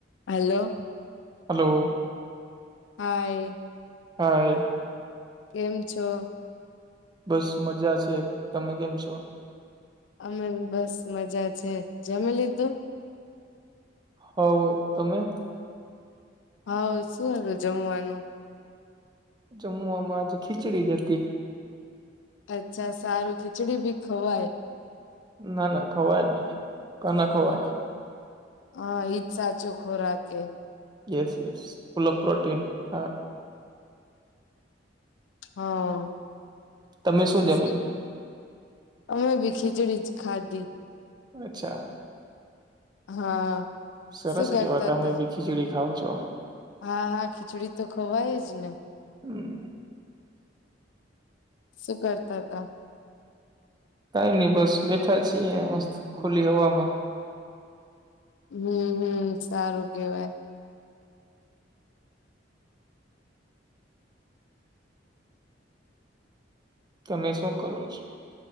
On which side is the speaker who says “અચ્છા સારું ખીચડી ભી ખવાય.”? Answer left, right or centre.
Left